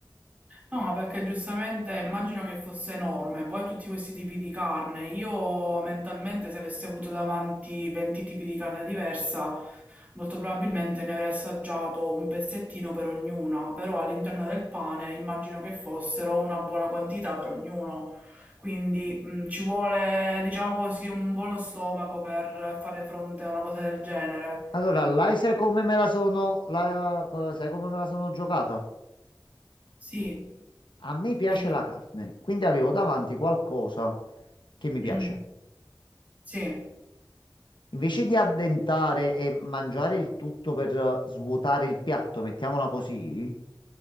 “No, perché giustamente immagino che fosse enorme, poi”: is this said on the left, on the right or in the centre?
Right